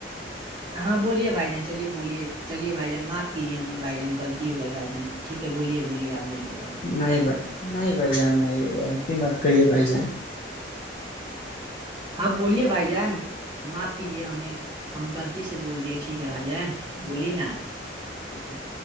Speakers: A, on the right; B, on the left.
A: ہاں بولیے بھائی جان چلیے بولیے چلیے بھائی جان معاف کیجیے ہمیں بھائی جان غطی ہو گئی بھائی جان ٹھیک ہے بولی بلیے آپ بلیے بھائی
B: نہیں ب نہیں بھ جان نہیں انت مات ک ہے بھ جان
A: ہاں بولیے بھائی جان معاف کیجیے ہمیں ہم غلطی سے بول دیے ٹھیک ہے بھج جان بولیے نا آپ
B: ٹھیک ہے